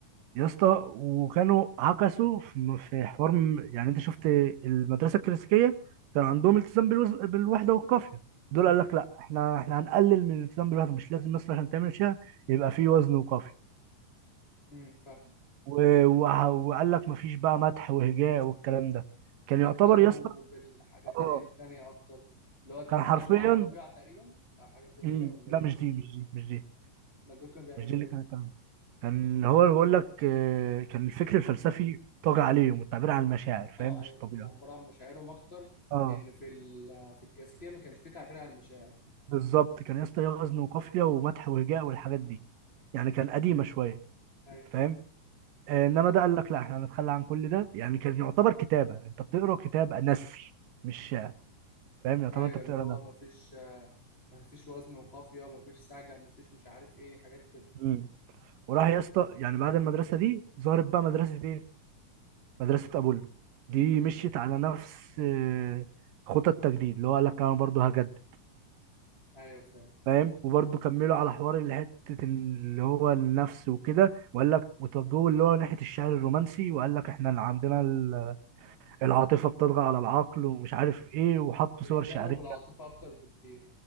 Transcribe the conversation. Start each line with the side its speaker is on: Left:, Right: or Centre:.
Right: يا اسطى وكانوا عكسوا في في حوار م- يعني انت شفت المدرسه الكلاسيكيه كان عندهم التزام بالوز... بالوحده والقافيه دول
Left: ايوه
Right: قال لك لا احنا احنا هنقلل من الالتزام بالوحده مش لازم مثلا عشان تعمل شيء يبقى فيه وزن وقافيه
Left: امم فاهم
Right: و... وه- وقال لك مفيش بقى مدح وهجاء والكلام ده
Left: كانوا
Right: كان يعتبر
Left: بيهتموا
Right: يا اسطى
Left: بالحاجات
Right: اه
Left: اللي هي التانية اكتر اللي هو الكلام
Right: كان حرفيا
Left: مع الطبيعة تقريبا او حاجات زي
Right: مم،
Left: كده ولا
Right: لا
Left: ايه
Right: مش دي مش دي مش دي
Left: ما دول كانوا بيعملوا
Right: مش دي اللي
Left: ايه
Right: كان الكلام ده. كان هو بيقول لك آه، كان الفكر الفلسفي طاغي عليهم والتعبير عن المشاعر فاهم
Left: اه
Right: مش
Left: ايوه
Right: الطبيعي
Left: كانوا بيعبروا عن مشاعرهم اكتر
Right: اه
Left: لان في ال- في الكلاسيكيه ما كانش فيه تعبير عن المشاعر
Right: بالظبط كان يا اسطى ليه وزن وقافيه ومدح وهجاء والحاجات دي يعني كان قديمه شويه
Left: ايوه
Right: فاهم آه، انما ده قال لك لا احنا هنتخلى عن كل ده يعني كان يعتبر كتابه انت بتقرا كتاب نثر مش شعر فاهم يعتبر
Left: ايوه
Right: انت بتقرا
Left: اللي هو
Right: نثر
Left: ما فيش ما فيش وزن وقافيه ما فيش سجع ما فيش مش عارف ايه حاجات كده
Right: مم. وراح يا اسطى يعني بعد المدرسه دي ظهرت بقى مدرسه ايه مدرسه ابولو دي مشيت على نفس آه، خطى التجديد اللي هو قال لك انا برضه هجدد
Left: ايوه فاهم
Right: فاهم وبرضه كملوا على حوار اللي حته اللي هو النفس وكده وقال لك وتوجهوا اللي هو ناحيه الشعر الرومانسي وقال لك احنا اللي عندنا ال- العاطفه بتطغى على العقل ومش عارف ايه وحطوا
Left: بيهتموا
Right: صور شعريه
Left: بالعاطفه اكتر بكتير